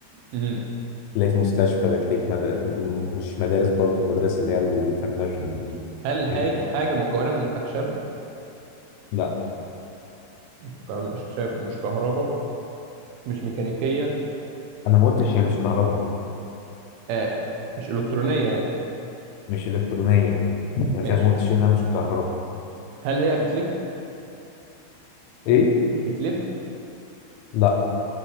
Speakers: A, on the right (about 85°); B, on the left (about 85°).
A: مم.
B: تلاقيه في مستشفى ده تلاقيه في مدرسة مش مدارس برضو المدارس اللي هي الانترناشونال دي
A: هل هي
B: فاهم
A: حاجه مكونه من الاخشاب
B: لا
A: مش مكونه من الاخشاب ومش كهرباء مش ميكانيكيه
B: انا ما قلتش هي مش كهرباء
A: آه، آه، مش الكترونيه يعني
B: مش الكترونيه لكن
A: ماشي
B: انا ما قلتش انها مش كهرباء
A: هل هي بتلف
B: ايه
A: بتلف
B: لا